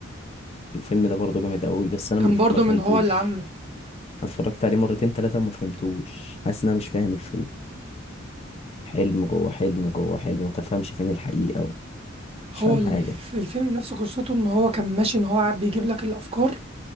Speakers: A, on the left; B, on the right.
A: الفيلم ده برضه جامد قوي بس انا
B: كان
A: ما ف-
B: برضه
A: ما فهمتوش
B: من هو اللي عامله
A: اتفرجت عليه مرتين تلاتة وما فهمتوش حاسس ان انا مش فاهم الفيلم حلم جوه حلم جوه حلم متفهمش فين الحقيقة و... مش
B: هو
A: فاهم
B: الف-
A: حاجة
B: الفيلم نفسه قصته ان هو كان ماشي ان هو قاعد بيجيب لك الافكار